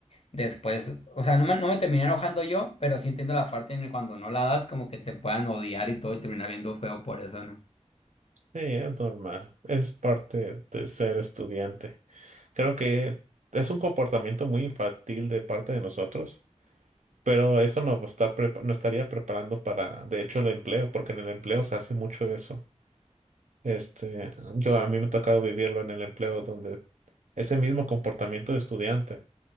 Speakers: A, on the left; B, on the right.
A: después, o sea, no me, no me terminé enojando yo, pero sí entiendo la parte en el cuando no la das como que te puedan odiar y todo y terminar viendo feo por eso, ¿no?
B: Sí, es normal, es parte de ser estudiante. Creo que es un comportamiento muy infantil de parte de nosotros, pero eso nos está prepa- nos estaría preparando para, de hecho, el empleo, porque en el empleo se hace mucho eso. Este, yo a mí me ha tocado vivirlo en el empleo donde ese mismo comportamiento de estudiante,